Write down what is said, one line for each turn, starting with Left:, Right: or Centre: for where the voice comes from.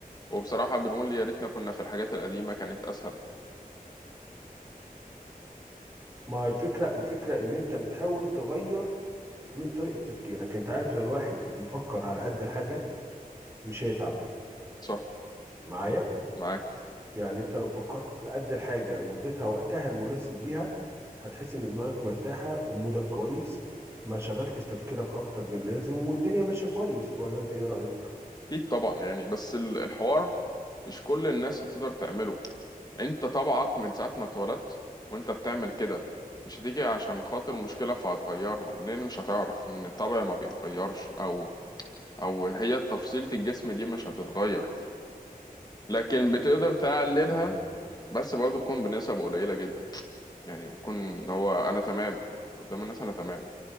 Left: وبصراحه بنقول يا ريتنا كنا في الحاجات القديمه كانت اسهل
Right: ما هو الفكره الفكره ان انت بتحاول تغير من طريقه تفكيرك انت عارف لو الواحد يفكر على قد الحاجه مش هيتعب
Left: صح
Right: معايا
Left: معاك
Right: يعني انت لو فكرت على قد الحاجة واديتها وقتها المناسب ليها هتحس ان دماغك مرتاحة ومودك كويس ما شغلتش تفكيرك اكتر من اللازم والدنيا ماشية كويس ولا انت ايه رأيك؟
Left: اكيد طبعا يعني بس ال- الحوار مش كل الناس هتقدر تعمله انت طبعك من ساعة ما اتولدت وانت بتعمل كده مش هتيجي عشان خاطر مشكلة فهتغيرها لان مش هتعرف ان الطبع ما بيتغيرش او او هي تفصيلة الجسم دي مش هتتغير لكن بتقدر تقللها
Right: امم
Left: بس برضه تكون بنسب قليلة جدا يعني بتكون اللي هو انا تمام قدام الناس انا تمام